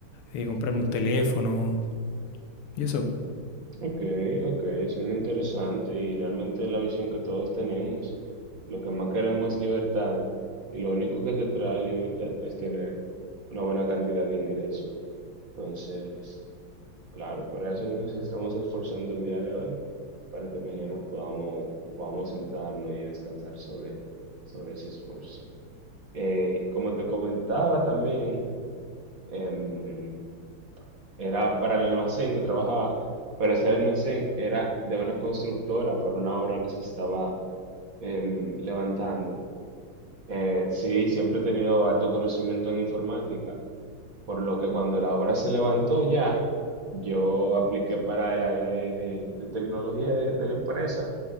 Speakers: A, on the left; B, on the right.
A: eh, comprarme un teléfono y eso.
B: Ok, ok, suena interesante y realmente es la visión que todos tenemos. Lo que más queremos es libertad y lo único que te trae libertad es tener una buena cantidad de ingresos. Entonces, claro, para eso nos estamos esforzando el día de hoy, para que mañana podamos, podamos sentarnos y descansar sobre, sobre ese esfuerzo. Eh, como te comentaba también, em, era para el almacén que trabajaba, pero ese almacén era de una constructora para una obra que se estaba em, levantando. Eh, sí, siempre he tenido alto conocimiento en informática. Por lo que cuando la obra se levantó ya, yo apliqué para el área de, de- de tecnología de, de la empresa